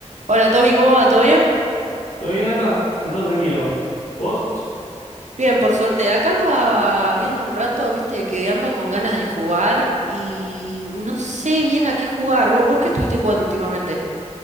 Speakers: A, on the right; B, on the left.
A: Hola Tommy, ¿cómo va? ¿Todo bien?
B: ¿Todo bien, Nathan? ¿Todo tranquilo? ¿Vos?
A: Bien, por suerte. Acá andaba viendo un rato, viste, que ando con ganas de jugar y no sé bien a qué jugar. ¿Vos, vos qué estuviste jugando últimamente?